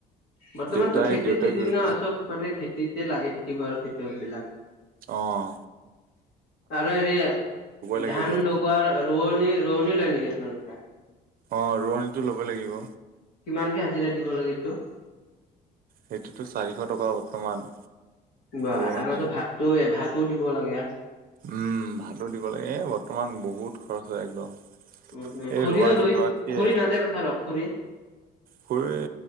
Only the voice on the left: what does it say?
বৰ্তমানতো
খেতিৰ
চিজন
ন চব মানে খেত- খেতিতে লাগি থাকিব আৰু খেতিয়ক বিলাক।
আৰু হেৰি
ধান
লগোৱাৰ ৰোৱনী ৰোৱনী লয় নেকি আপোনালোকে?
ইমানকে হাজিৰা দিব লাগে এইটো?
বা
আৰু ভাতটো ভাতো দিব লাগে।
উ
খুৰী
ৰোৱে
খুৰী নাযায় পথাৰত খুৰী?